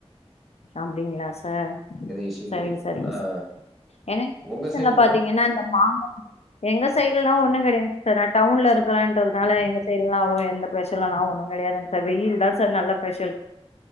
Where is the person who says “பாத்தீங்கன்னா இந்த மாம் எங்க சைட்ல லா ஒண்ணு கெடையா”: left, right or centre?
Left